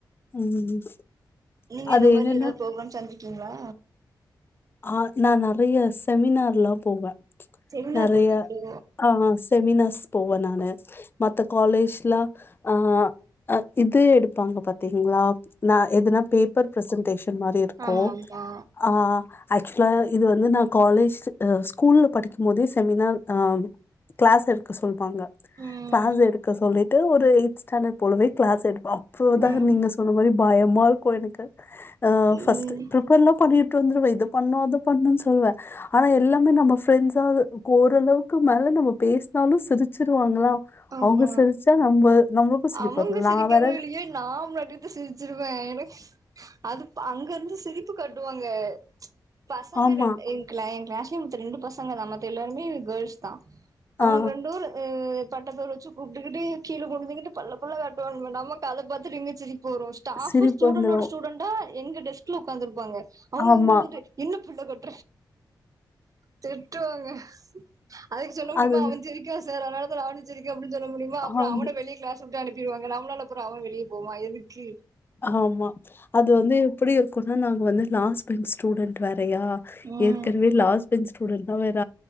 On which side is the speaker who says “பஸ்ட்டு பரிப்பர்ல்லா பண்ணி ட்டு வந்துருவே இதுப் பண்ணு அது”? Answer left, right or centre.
Left